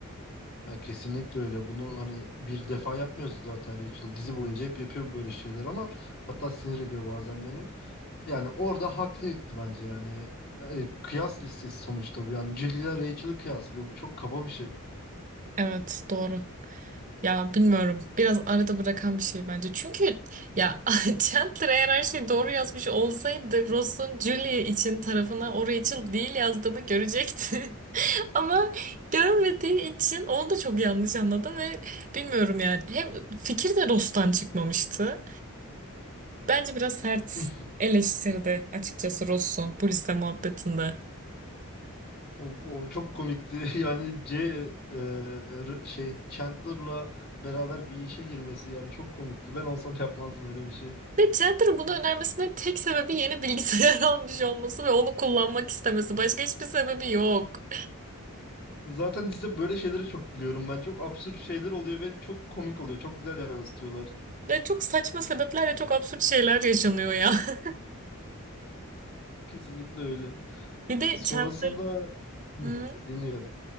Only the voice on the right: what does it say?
Evet, doğru. Ya bilmiyorum. Biraz arada bırakan bir şey bence. Çünkü ya <laughs> Chandler eğer her şeyi doğru yazmış olsaydı Ross'un Julie için tarafına o Rachel değil yazdığını görecekti. <laughs> Ama görmediği için onu da çok yanlış anladı ve bilmiyorum yani. Hem fikir de Ross'tan çıkmamıştı. Bence biraz sert
eleştirdi açıkçası Ross'u bu liste muhabbetinde.
Ve Chandler'ın bunu önermesinin tek sebebi yeni bilgisayar <laughs> almış olması ve onu kullanmak istemesi. Başka hiçbir sebebi yok.
Ya çok saçma sebeplerle çok absürt şeyler yaşanıyor ya. <laughs>
Bir de
Chandler,
hı?